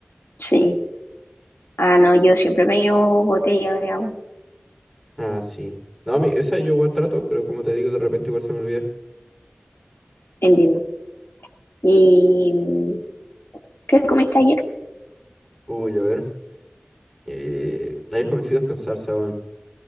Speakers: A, on the left (about 80°); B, in the centre.
A: sí. Ah, no, yo siempre me llevo botella de agua,
B: Ah, sí. No, a mí, esa yo igual trato, pero como te digo, de repente igual se me olvida.
A: entiendo. ¿Y mm, qué comiste ayer?
B: Uy, a ver. Eh, ayer comí fideos con salsa, weón.